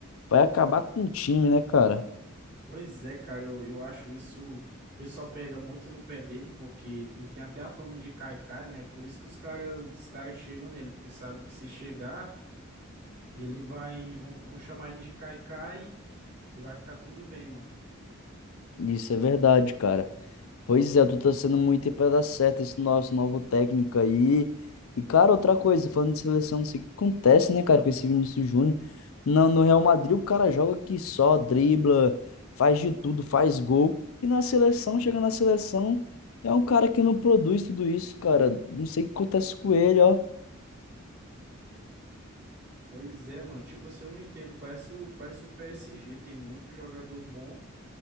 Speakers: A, on the left (about 75°); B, on the right (about 55°).
A: vai acabar com o time, né, cara?
B: Pois é, cara, eu, eu acho isso. O pessoal pega muito no pé dele, porque ele tem até a fama de caicai, né? É Por isso que os caras os caras chegam nele, porque sabe que se chegar, ele vai. Vão, vão chamar ele de caicai e vai ficar tudo bem, mano.
A: Isso é verdade, cara. Pois é, eu tô sendo muito aí pra dar certo esse nosso novo técnico aí. E, cara, outra coisa, falando de seleção, não sei o que acontece, né, cara, com esse Vinícius Júnior. No, no Real Madrid, o cara joga que só, dribla, faz de tudo, faz gol. E na seleção, chega na seleção, é um cara que não produz tudo isso, cara. Não sei o que acontece com ele, ó.
B: Pois é, mano. Tipo assim, eu não entendo. Parece o, parece o PSG, tem muito jogador bom